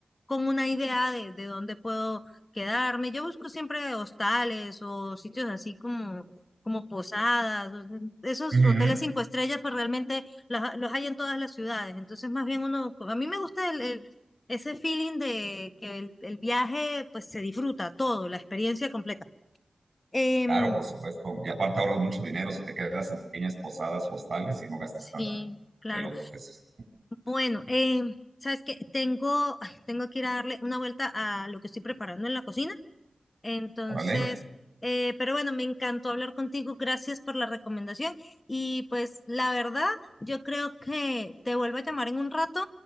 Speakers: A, on the left; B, on the right.
A: con una idea de, de dónde puedo quedarme. Yo busco siempre hostales o sitios así como, como posadas, o- esos
B: Ujú.
A: hoteles cinco estrellas, pues realmente las- los hay en todas las ciudades. Entonces, más bien uno, pues, a mí me gusta el, el- ese feeling de que el, el viaje, pues se disfruta todo, la experiencia completa. Em,
B: Claro, por supuesto. Y aparte ahorras mucho dinero si te quedas en pequeñas posadas o hostales y no gastas
A: sí,
B: tanto
A: claro.
B: de lo que es.
A: Bueno, em, ¿sabes qué? Tengo, ay, tengo que ir a darle una vuelta a lo que estoy preparando en la cocina. Entonces,
B: Órale.
A: eh, pero bueno, me encantó hablar contigo. Gracias por la recomendación. Y pues la verdad, yo creo que te vuelvo a llamar en un rato